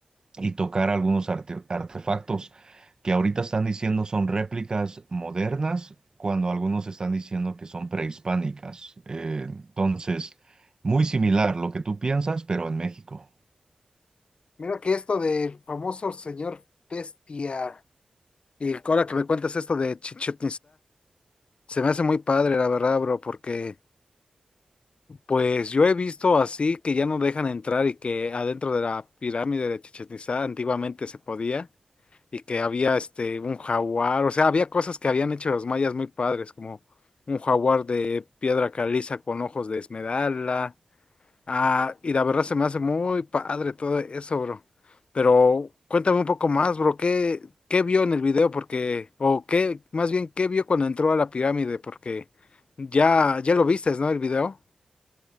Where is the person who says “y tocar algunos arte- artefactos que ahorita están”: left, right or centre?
Right